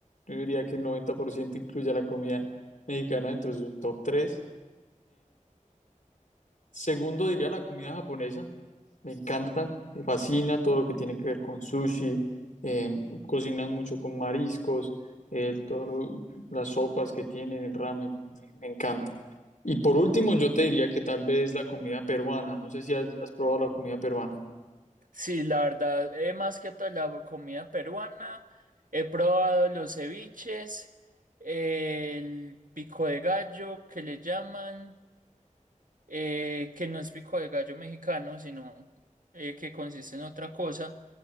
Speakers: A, on the left; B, on the right.
A: Yo diría que el 90% incluye a la comida mexicana dentro de su top 3. segundo diría la comida japonesa, me encanta, me fascina todo lo que tiene que ver con sushi, eh, cocinan mucho con mariscos, eh, todo lo- las sopas que tienen, el ramen, bueno, me me encanta. Y por último, yo te diría que tal vez la comida peruana. No sé si has, has probado la comida peruana.
B: Sí, la verdad, eh, más que todo la comida peruana, he probado los ceviches, el pico de gallo que le llaman, eh, que no es pico de gallo mexicano, sino eh, que consiste en otra cosa,